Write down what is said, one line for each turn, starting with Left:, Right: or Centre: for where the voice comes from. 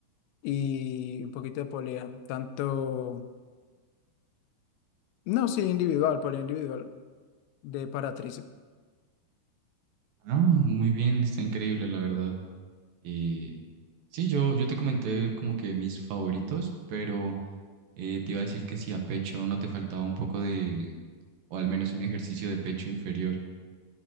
Left: y un poquito de polea, tanto No, sí, individual, polea individual. De para tríceps
Right: Ah, muy bien. Está increíble, la verdad. Y sí, yo, yo te comenté como que mis favoritos, pero eh, te iba a decir que si a pecho no te faltaba un poco de, o al menos un ejercicio de pecho inferior.